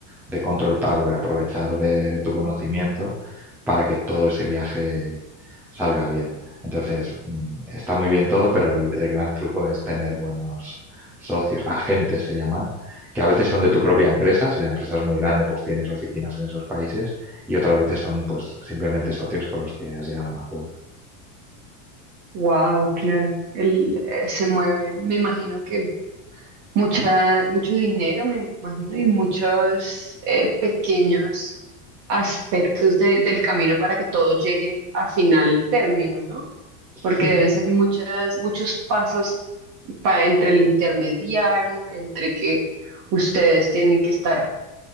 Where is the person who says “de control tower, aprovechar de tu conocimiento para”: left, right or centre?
Centre